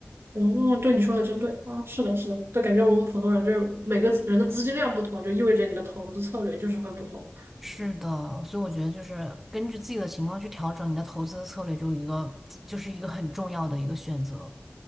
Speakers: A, on the right; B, in the centre.
A: 嗯，对你说的真对啊，是的，是的，就感觉我们普通人就是每个人的资金量不同，就意味着你的投资策略就是会不同。
B: 是的，所以我觉得就是根据自己的情况去调整你的投资策略，就一个 <tsk> 就是一个很重要的一个选择。